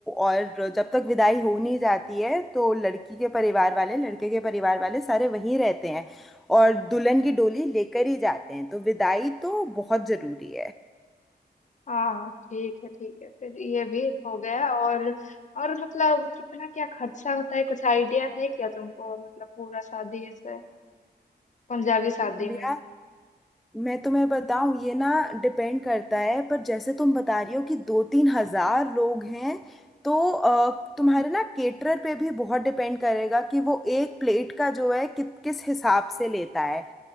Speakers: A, in the centre; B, on the left.
A: और जब तक विदाई हो नहीं जाती है तो लड़की के परिवार वाले लड़के के परिवार वाले सारे वहीं रहते हैं और दुल्हन की डोली लेकर ही जाते हैं तो विदाई तो बहुत जरूरी
B: हाँ ठीक है ठीक है फिर ये भी हो गया और और मतलब कितना क्या खर्चा होता है कुछ आइडिया है क्या तुमको मतलब पूरा शादी ऐसे पंजाबी शादी
A: है
B: में
A: मैं तुम्हें बताऊं ये ना डिपेंड करता है पर जैसे तुम बता रही हो कि दो तीन हजार लोग हैं तो अ, तुम्हारे ना केटरर पे भी बहुत डिपेंड करेगा कि वो एक प्लेट का जो है कि, किस हिसाब से लेता है